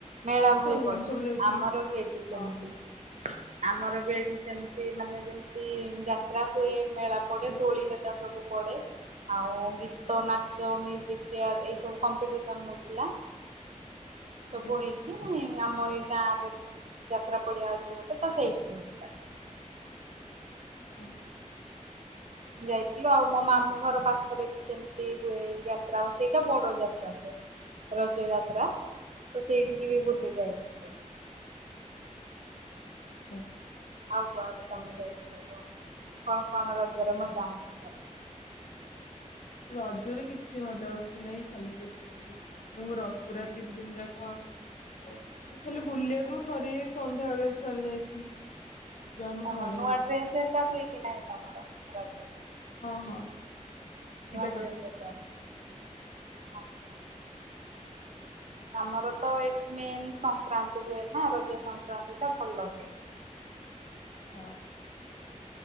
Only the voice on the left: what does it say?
ସାଙ୍ଗମାନେ
ସବୁ ଯାଇଥିଲୁ।
ହଁ ହଁ।
ହୁଁ
ଆଜ୍ଞା।
ହୁଁ।
ଆଛା।
ରଜରେ କିଛି ମଜା ମସ୍ତି ନାଇଁ ଖାଲି ଯେତିକି ମୁଁ ର ପୁରା ତିନି ଦିନ ଯାକ ମାନେ ଖାଲି ବୁଲିଆକୁ ମୁଁ ଥରେ ସନ୍ଧ୍ୟା ବେଳେରେ ଥରେ ଯାଇଥିଲି। ଆଉ ଯୋଉ ଆମ
ଘରେ
ହିଁ ଥିଲି
ହଁ ହଁ। ଦିଟା
କରିଥିଲି
ହଁ।